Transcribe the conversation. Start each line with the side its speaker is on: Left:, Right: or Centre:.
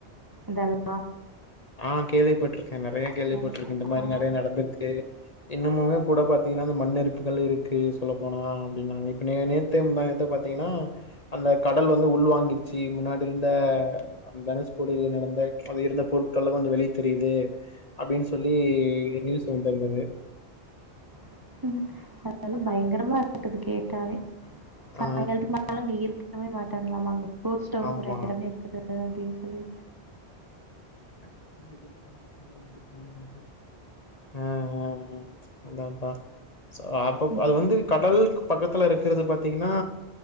Right: இதெல்லா
Left: ஆ கேள்விப்பட்டிருக்க நெறைய கேள்விப்பட்டிருக்க
Right: நெறையா.
Left: இந்த மாரி
Right: ஆ.
Left: நெறையா நடந்திருக்கு இன்னுமுமே கூட பாத் தீங்கன்னா இந்த மண்ணரிப்புகள் இருக்கு சொல்ல போனா அப்டினாங்க இப்ப நே நேத்தே முந்தாநேத்தோ பாத்தீங்கன்னா அந் த கடல் வந்து உள்வாங்கிடுச்சு முன்னாடி இருந்த தனுஷ்கோடியில நடந்த அது இருந்த பொருட் கள்ளா கொஞ்சொ வெளிய தெரிது அப்டின்னு சொல்லி நியூஸ் வந்திருந்தது.
Right: <inaudible> அதல்லா பயங்கரமா இருக்குது கேட்டாலே சாயங்காலத்துக்கு
Left: ஆ
Right: மேல நீ இருக் கவே மாட்டாங்களாமா அங்க போஸ்டோன்னு
Left: ஆமா
Right: ஒரு எடமே இருக்குது அப்படின் சொல்லி
Left: <inaudible> தோன்றினார்கள் அ அ அ அதா அதா சோ அப்பப்ப
Right: ம்.
Left: அது வந்து கடல் பக்கத்துல இருக்கறது பாத்தீங்கன்னா